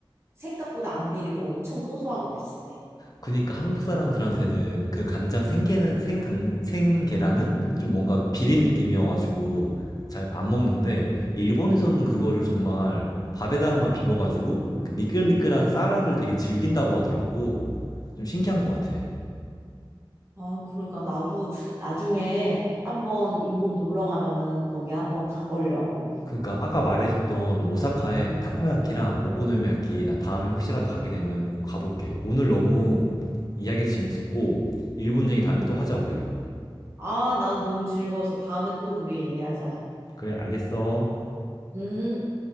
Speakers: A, on the right (about 30°); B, on the left (about 45°).
A: 생각보다 안 비리고 엄청 고소하고 맛있대.
B: 그니까 한국 사람들한테는 그 간장 생계는 생간 생계란은 좀 뭔가 비린 느낌이어가지고 잘 안 먹는데 일본에서는 그거를 정말 밥에다가만 비벼가지고 그 미끌미끌한 쌀알을 되게 즐긴다고 하더라고. 좀 신기한 것 같아.
A: 아 그러니까 나도 나중에 한번 일본 놀러 가면은 거기 한번 가보려고.
B: 그니까 아까 말해줬던 오사카의 타코야키랑 오코노미야키 나 다음에 혹시라도 가게 되면 꼭 가볼게. 오늘 너무 이야기가 재밌었고 일본 얘기 다음에 또 하자 우리.
A: 아 나도 너무 즐거워서 다음에 또 우리 얘기하자.
B: 그래 알겠어.
A: 음.